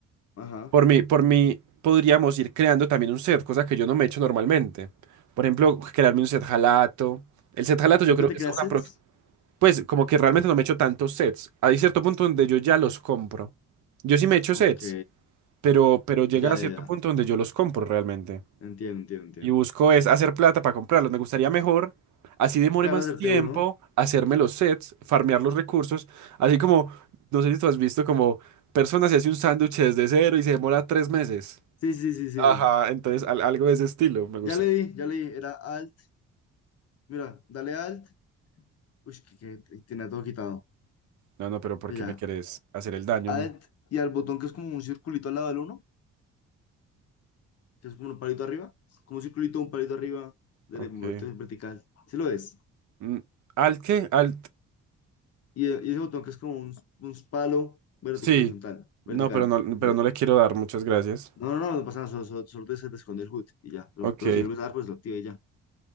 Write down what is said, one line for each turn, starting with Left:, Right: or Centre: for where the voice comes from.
Left: Ajá.
Right: por mí, por mí podríamos ir creando también un set, cosa que yo no me echo normalmente. Por ejemplo, crearme un set jalato. El set jalato yo
Left: ¿Nunca
Right: creo
Left: te
Right: que
Left: creas
Right: es una...
Left: sets?
Right: aprox- Pues como que realmente no me echo tantos sets. Hay cierto punto donde yo ya los compro. Yo sí me echo
Left: Ok.
Right: sets, pero, pero llega
Left: Ya,
Right: a cierto
Left: ya, ya.
Right: punto donde yo los compro realmente.
Left: Entiendo, entiendo, entiendo.
Right: Y busco es hacer plata para comprarlos. Me gustaría mejor, así demore
Left: Claro,
Right: más
Left: acerté
Right: tiempo,
Left: uno.
Right: hacerme los sets, farmear los recursos. Así como, no sé si tú has visto como personas se hace un sándwich desde cero y se demora tres meses.
Left: Sí, sí, sí, sí.
Right: Ajá, entonces al- algo de ese estilo me gustaría.
Left: Ya le di, ya le di. Era alt. Mira, dale alt. Uy, que, que tenía todo quitado.
Right: No, no, pero ¿por
Left: Mira,
Right: qué me querés hacer el daño
Left: alt
Right: a mí?
Left: y al botón que es como un circulito al lado del uno. que es como un palito arriba, como un circulito, un palito arriba, de-
Right: Ok.
Left: movimiento vertical. Sí lo es.
Right: Mm, ¿Al qué? ¿Al
Left: Y, eh, y ese botón que es como un, un palo vertical,
Right: Sí,
Left: horizontal,
Right: no,
Left: vertical.
Right: pero no, pero
Left: La-
Right: no le quiero dar, muchas gracias.
Left: No, no, no, no pasa nada, solo, solo, solo te, se te esconde el HUD y ya. Pero,
Right: Ok,
Left: pero si lo usas, pues lo activé y ya.